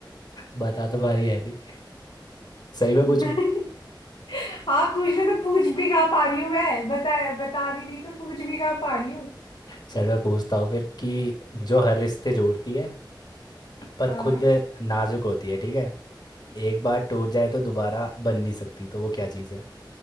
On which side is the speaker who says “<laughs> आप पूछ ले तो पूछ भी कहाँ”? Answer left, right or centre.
Left